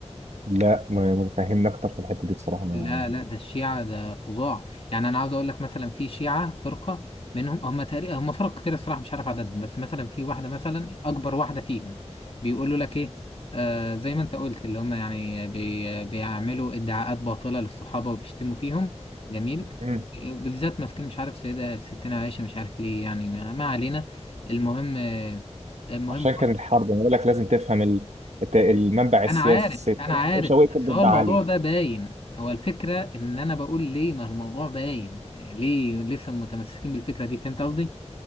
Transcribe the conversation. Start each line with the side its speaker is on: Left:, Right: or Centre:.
Right: لا ما ما فهمني اكتر في الحته دي بصراحه ما
Left: لا لا ده الشيعة ده فظاع يعني أنا عاوز أقول لك مثلا في شيعة فرقة منهم هم تقريبا هم فرق كتير الصراحة مش عارف عددهم بس مثلا في واحدة مثلا أكبر واحدة فيهم بيقولوا لك إيه آه زي ما أنت قلت اللي هم يعني بي بيعملوا ادعاءات باطلة للصحابة وبيشتموا فيهم جميل
Right: مم.
Left: بالذات ماسكين مش عارف سيدة ستنا عائشة مش عارف ليه يعني ما ما علينا المهم آه، المهم
Right: عشان كان الحرب انا بقول لك لازم تفهم ال... الت- المنبع السياسي
Left: انا عارف
Right: الست
Left: انا عارف
Right: عائشه وقفت
Left: بس
Right: ضد
Left: هو الموضوع
Right: علي
Left: ده باين هو الفكرة ان انا بقول ليه ما الموضوع باين ليه لسه متمسكين بالفكرة دي فهمت قصدي